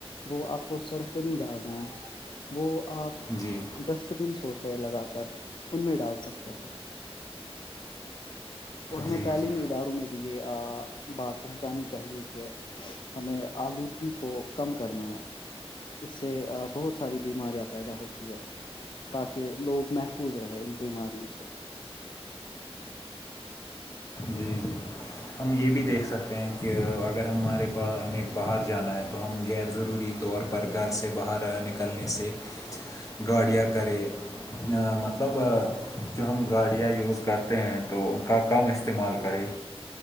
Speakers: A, on the left (about 50°); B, on the left (about 30°).
A: وہ آپ کو سڑک پہ نہیں ڈالتے ہیں وہ آپ
B: جی
A: ڈسٹ بنس ہوتے لگا کر ان میں ڈال سکتے ہیں اور ہمیں
B: جی
A: تعلیمی
B: جی
A: اداروں میں بھی یہ بات پہنچانی چاہیے کہ ہمیں آلودگی کو کم کرنا ہے اس سے بہت ساری بیماریاں پیدا ہوتی ہے تاکہ لوگ محفوظ رہے ان بیماریوں سے
B: جی جی ہم یہ بھی دیکھ سکتے ہیں کہ اگر ہمارے پاس ہمیں باہر جانا ہے تو ہم غیر ضروری طور پر گھر سے باہر نکلنے سے گاڑیاں کرے مطلب مطلب جو ہم گاڑیاں یوز کرتے ہیں تو ان کا کم استعمال کریں